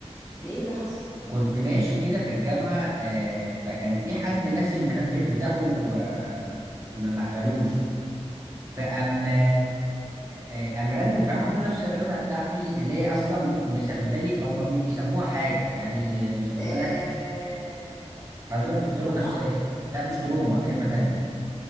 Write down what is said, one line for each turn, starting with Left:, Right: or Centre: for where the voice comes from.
Left: ايه اللي حصل
Right: كنت ماشي كده في الجامعة آه فكان في حد ناسي المنبه بتاعه آه ما ما قفلوش فأما آه أم رن وكان عامله نفس الرنة بتاعتي اللي هي أصلا مسببة لي هما بي- بيسموها حاجة يعني مسببة
Left: آه...
Right: لك حضرتك دكتورة
Left: تروما
Right: نفسية لا مش تروما كلمة تانية